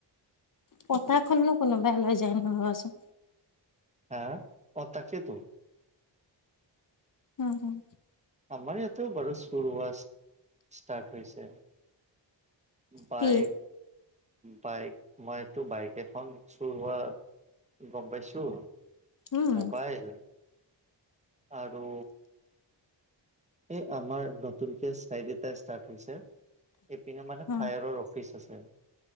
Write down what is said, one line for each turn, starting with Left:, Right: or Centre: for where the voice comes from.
Left: কটাই খনো কোনোবাই লৈ যায় ৰবাচোন।
Right: হা? অঁ তাকেটো।
Left: Home home.
Right: আমাৰ ইয়াতেও বাৰু চুৰ হোৱা, ষ্টাৰ্ট হৈছে। বায়েক,
Left: কি?
Right: বায়েক মইটো বায়েক এখন চুৰ হোৱা গম পাইছোঁ।
Left: উম।
Right: মোবাইল, আৰু এই আমাৰ নতুনকে চাইড এটা ষ্টাৰ্ট হৈছে। এইপিনে মানে
Left: উম।
Right: ফায়াৰৰ অফিচ আছে।